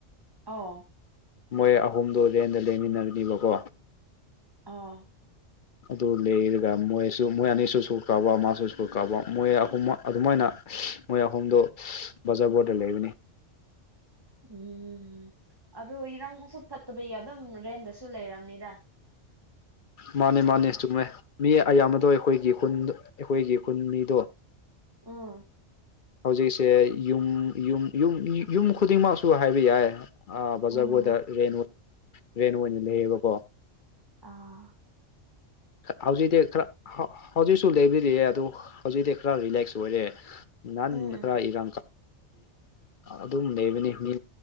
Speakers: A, on the right; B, on the left.
A: ꯑꯥꯎ
B: ꯃꯣꯏ ꯑꯍꯨꯝꯗꯣ ꯔꯦꯟꯗ ꯂꯩꯃꯤꯟꯅꯕꯅꯤꯕꯀꯣ
A: ꯑꯣ
B: ꯑꯗꯨ ꯂꯩꯔꯒ ꯃꯣꯏꯁꯨ ꯃꯣꯏ ꯑꯅꯤꯁꯨ ꯁꯨꯈ꯭ꯔꯕ ꯃꯥꯁꯨ ꯁꯨꯈ꯭ꯔꯕ ꯃꯣꯏ ꯑꯍꯨꯝꯃꯛ ꯑꯗꯨꯃꯥꯏꯅ ꯃꯣꯏ ꯑꯍꯨꯝꯗꯣ ꯕꯖꯥꯔ ꯕꯣꯔꯗ ꯂꯩꯕꯅꯦ
A: ꯎꯝ ꯑꯗꯨ ꯏꯔꯥꯡꯁꯨ ꯐꯠꯇꯕꯩ ꯑꯗꯨꯝ ꯔꯦꯟꯗꯁꯨ ꯂꯩꯔꯝꯅꯤꯗ
B: ꯃꯥꯅꯦ ꯃꯥꯅꯦ ꯆꯨꯝꯃꯦ ꯃꯤ ꯑꯌꯥꯝꯕꯗꯣ ꯑꯩꯈꯣꯏꯒꯤ ꯈꯨꯟ ꯑꯩꯈꯣꯏꯒꯤ ꯈꯨꯟ ꯃꯤꯗꯣ
A: ꯎꯝ
B: ꯍꯧꯖꯤꯛ ꯁꯦ ꯌꯨꯝ ꯌꯨꯝ ꯌꯨꯝ ꯌꯨꯝ ꯈꯨꯗꯤꯡꯃꯛꯁꯨ ꯍꯥꯏꯕ ꯌꯥꯏ ꯑꯥ ꯕꯖꯥꯔ
A: ꯎꯝ
B: ꯕꯣꯔꯠꯇ ꯔꯦꯟ ꯔꯦꯟ ꯑꯣꯏꯅ ꯂꯩꯌꯦꯕꯀꯣ
A: ꯑꯥ
B: ꯍꯧꯖꯤꯛꯇꯤ ꯈꯔ ꯍꯧꯖꯤꯛꯁꯨ ꯂꯩꯕꯤꯔꯤꯌꯦ ꯑꯗꯨ ꯍꯧꯖꯤꯛꯇꯤ ꯈꯔ ꯔꯤꯂꯦꯛꯁ ꯑꯣꯏꯔꯦ ꯅꯍꯥꯟ
A: ꯎꯝ
B: ꯈꯔ ꯏꯔꯥꯡ ꯑꯗꯨꯝ ꯂꯩꯕꯅꯦ ꯃꯤ